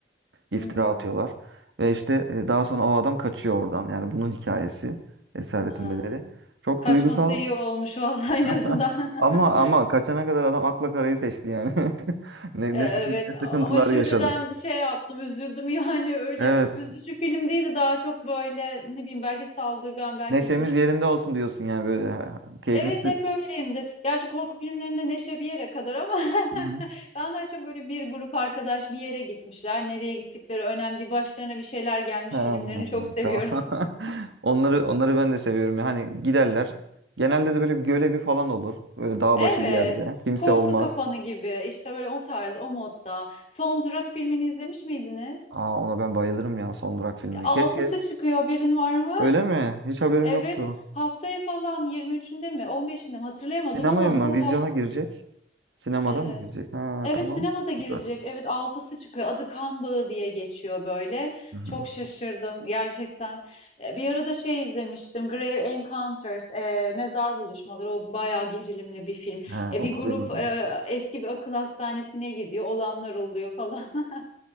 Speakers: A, on the right; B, on the left.
A: iftira
B: Hmm.
A: atıyorlar. Ve işte e, daha sonra o adam kaçıyor oradan. Yani bunun hikayesi Esaretin
B: Ha.
A: Bedeli. Çok
B: Kaçması
A: duygusal
B: iyi olmuş <laughs> vallahi en
A: <laughs>
B: azından.
A: ama
B: <laughs>
A: ama kaçana kadar adam akla karayı seçti yani. <laughs> Ne,
B: E,
A: ne,
B: Evet
A: sıkıntı, ne sıkıntılar
B: ama şimdiden
A: yaşadı.
B: şey yaptım üzüldüm yani <laughs> öyle
A: Evet.
B: üzücü film değildi daha çok böyle ne bileyim belki saldırgan belki
A: Neşemiz
B: hiç hoş.
A: yerinde olsun diyorsun yani böyle. Ha, Keyfimiz...
B: Evet hep öyleyimdir. Gerçi korku filmlerinde neşe bir yere kadar ama
A: Hı hı.
B: <laughs> ben daha çok böyle bir grup arkadaş bir yere gitmişler. Nereye gittikleri önemli değil. Başlarına bir şeyler gelmiş
A: Ha, anladım,
B: filmlerini çok seviyorum.
A: tamam. <laughs>
B: <laughs>
A: Onları onları ben de seviyorum. ya. Hani giderler. Genelde de böyle gölevi falan olur. Böyle dağ
B: Evet.
A: başı bir yerde. Kimse
B: Korku
A: olmaz.
B: Kapanı gibi işte böyle o tarz o modda. Son Durak filmini izlemiş miydiniz?
A: Aa ona ben bayılırım ya Son Durak filmi.
B: Altısı
A: Keşke.
B: çıkıyor birin var mı?
A: Öyle mi? Hiç haberim
B: Evet,
A: yoktu.
B: haftaya falan 23'ünde mi 15'inde mi hatırlayamadım
A: Sinemaya
B: ama
A: mı?
B: bu
A: Vizyona
B: haf-
A: girecek. Sinemada
B: evet.
A: mı girecek? Ha
B: Evet
A: tamam.
B: sinemada girecek.
A: Süper.
B: Evet altısı çıkıyor. Adı Kan Bağı diye geçiyor böyle.
A: Hı hı.
B: Çok şaşırdım gerçekten. E, Bir arada şey izlemiştim. Grave Encounters, e, Mezar Buluşmaları. O bayağı gerilimli bir film.
A: He,
B: E,
A: onu
B: bir grup
A: duymadım.
B: e, eski bir akıl hastanesine gidiyor. Olanlar oluyor falan. <laughs>